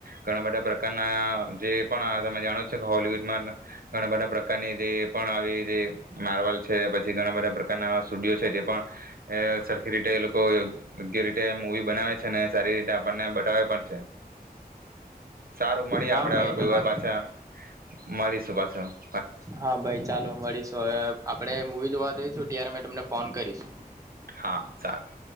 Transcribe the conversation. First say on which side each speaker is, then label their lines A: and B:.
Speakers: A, on the right (about 65°); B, on the right (about 20°).
A: ઘણા બધા પ્રકારના જે પણ તમે જાણો છો કે હોલીવુડ માં ઘણા બધા પ્રકારની જે પણ આવી જે માર્વલ છે, પછી ઘણા બધા પ્રકાર સ્ટુડિયો છે, તે પણ સરખી રીતે એ લોકો યોગ્ય રીતે મુવી બનાવે છે, ને સારી રીતે આપણને બતાવે પણ છે. સારું, મળીએ
B: હા
A: આપડે, હવે
B: ભાઈ
A: કોઈ
B: તમારે
A: વાર પાછા. મારી <unintelligible>
B: હા, ભાઈ ચાલો મળીશું, હવે આપડે મૂવી જોવા જઈશું. ત્યારે મેં તમને ફોન કરીશ.
A: હા, સારું.